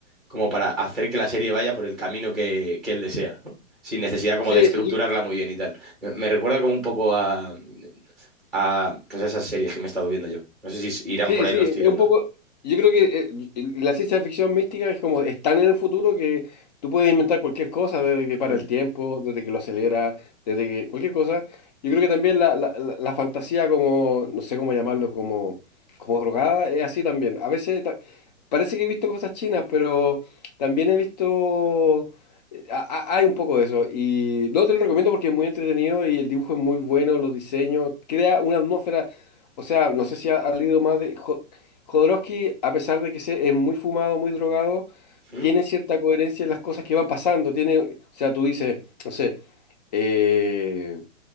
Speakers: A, in the centre; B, on the left.
A: como para hacer que la serie vaya por el camino que, que él desea, ¿no? Sin necesidad como
B: Sí,
A: de estructurarla
B: yo-
A: muy bien y tal. Me me recuerda como un poco a, a, pues a esas series que me he estado viendo yo. No sé si irán
B: sí,
A: por ahí
B: sí,
A: los
B: es
A: tiros,
B: un
A: ¿no?
B: poco, yo creo que eh, y- y la ciencia ficción mística es como, es tan en el futuro que tú puedes inventar cualquier cosa, desde que para
A: Mm,
B: el tiempo, desde que lo acelera, desde que cualquier cosa. Yo creo que también la, la, la- la fantasía como, no sé cómo llamarlo, como, como drogada, es así también. A veces ta- parece que he visto cosas chinas, pero también he visto, eh, a- a- hay un poco de eso. Y no te lo recomiendo porque es muy entretenido y el dibujo es muy bueno, los diseños, crea una atmósfera. O sea, no sé si ha, ha leído más de... Jo- Jodorowsky, a pesar de que se- es muy fumado, muy drogado,
A: mm.
B: tiene cierta coherencia en las cosas que van pasando. Tiene, o sea, tú dices, no sé, eh,